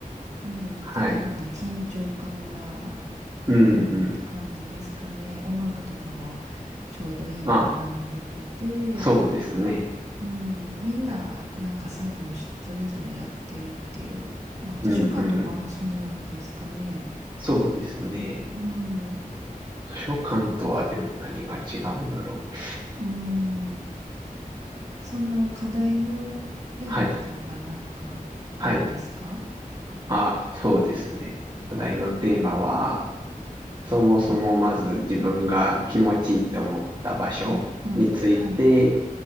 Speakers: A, on the right; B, on the right.
A: うん、適度な緊張感があ、
B: はい。うんうん。
A: あるって感じですかね。音楽とかもちょうどいいのが流れてて、
B: まあ、そうですね。
A: うん、みんななんか作業し、それぞれやってるっていう。まあ図書館とかもそんなんですかね。
B: うんうん。そうですね。
A: うん、
B: 図書館とはでも何が違うんだろう。
A: うん。その課題のテーマっていうかなんかあるんですか
B: はい。はい。あ、そうですね。課題のテーマは、そもそもまず自分が気持ちいいと思った場所について、
A: うん、はい。